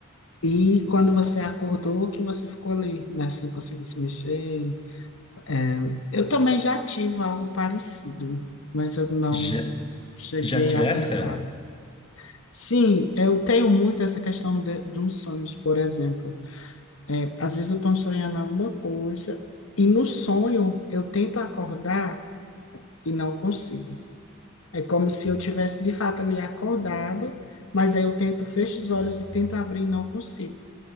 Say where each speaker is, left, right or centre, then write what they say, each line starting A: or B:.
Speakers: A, on the left; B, on the left.
A: e quando você acordou, que você ficou ali, né? Sem conseguir se mexer, É, eu também já tive algo parecido, mas eu não
B: Já,
A: cheguei
B: já tivesse,
A: a pensar.
B: cara?
A: Sim, eu tenho muito essa questão de, de uns sonhos, por exemplo. É, às vezes eu estou sonhando alguma coisa e no sonho eu tento acordar e não consigo. É como se eu tivesse de fato ali acordado, mas aí eu tento, fecho os olhos e tento abrir e não consigo.